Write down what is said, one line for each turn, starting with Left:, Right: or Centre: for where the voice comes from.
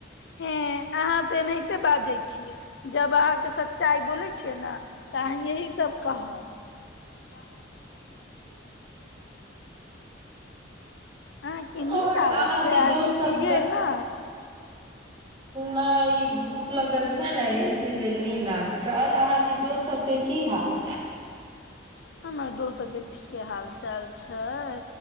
Left: हे अहाँ तऽ एनाहिते बाजै छियै जब अहाँके सच्चाइ बोलैय छियै ने तऽ अहाँ यही सब कहब <unintelligible> अहाँके
Right: आओर
Left: नीन्द आबै
Right: अहाँके
Left: छै आ
Right: दोस्त
Left: सुतलियै
Right: सबके
Left: ने
Right: नहि ई भूख लगल छै ने इसीलिए नींद आबे छै आओर अहाँ के दोस सब कें की हाल
Left: हमर दोस सबकें ठीक के हाल छै चाल छै